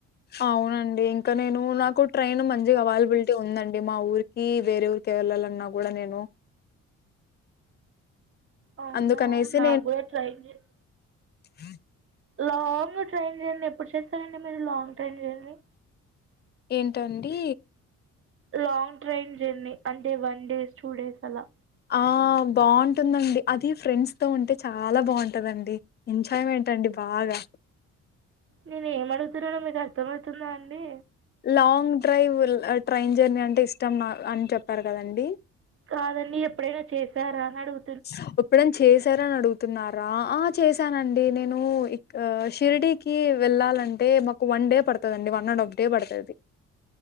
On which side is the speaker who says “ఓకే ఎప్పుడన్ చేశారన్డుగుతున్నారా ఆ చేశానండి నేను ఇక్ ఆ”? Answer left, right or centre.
Left